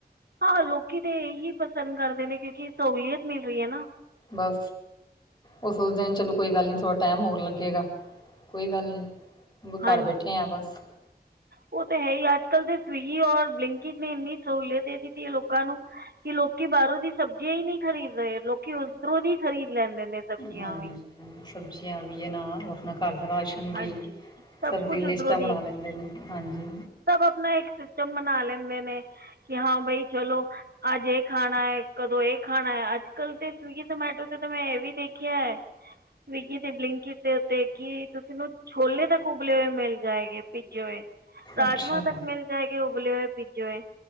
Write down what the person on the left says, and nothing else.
ਬਸ ਉਹ ਸੋਚਦੇ ਨੇ ਚਲੋ ਕੋਈ ਗੱਲ ਨੀ ਥੋੜਾ ਟਾਈਮ ਹੋਰ ਲੱਗੇਗਾ ਕੋਈ ਗੱਲ ਨੀ
ਘਰ ਬੈਠੇ ਆ ਬਸ।
ਹਾਂਜੀ,
ਸਬਜ਼ੀਆਂ ਵੀ ਆ ਨਾ ਔਰ ਘਰ ਦਾ ਰਾਸ਼ਨ ਵੀ
ਸਬ
ਦੀ ਲਿਸਟਾਂ
ਬਣਾ ਲੈਂਦੇ ਨੇ, ਹਾਂਜੀ।
ਅੱਛਾ ਹਮ